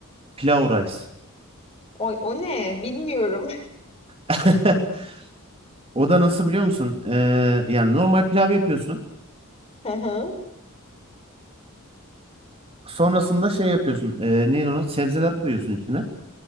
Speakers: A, on the right (about 25°); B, on the left (about 30°).
A: Pilau rice.
B: Oy, o ne? Bilmiyorum.
A: <laughs> O da nasıl biliyor musun? Ee, yani normal pilav yapıyorsun.
B: <laughs> Hı hı,
A: Sonrasında şey yapıyorsun. Ee, neydi onu? Sebzeler koyuyorsun içine.